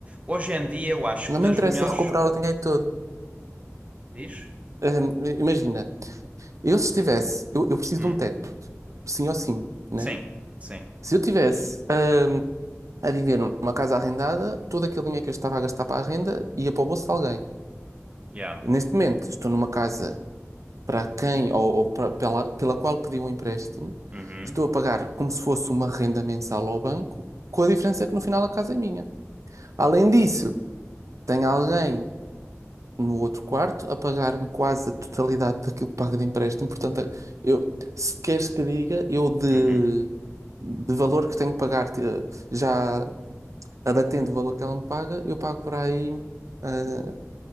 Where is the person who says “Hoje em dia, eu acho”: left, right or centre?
Right